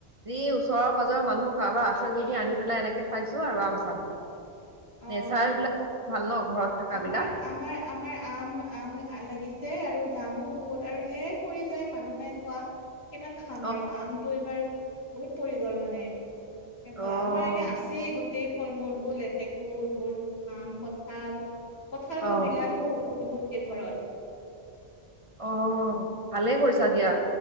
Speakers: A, on the right (about 30°); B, on the left (about 75°).
A: যি ওচৰৰ পাজৰৰ মানুহ কাৰোবাৰ আছে যদি আনি পেলাই, এনেকে খাইছো আৰু আম চাম।
B: অ
A: নেচাৰেল বিলাক ভাল ন। ঘৰত থকা
B: আমাৰ
A: বিলাক
B: আমাৰ আমাৰ আম আম লাগিছে আৰু জামো বহুত আৰু ঢেৰ পৰি যায় মানুহ নাই খোৱা কিমান খাম
A: অ
B: আৰু আমটো এইবাৰ বহুত পৰি গ'ল মানে, এনেকুৱা
A: অ
B: আমাৰ এনে আছেই গোত গোটেই ফল মূলবোৰ লেতেকুৰ এইবোৰ আম, কঁঠাল। কঁঠালতটো
A: অ
B: বিলালো বহুত কেঘৰত।
A: অ ভালেই কৰিছা দিয়া।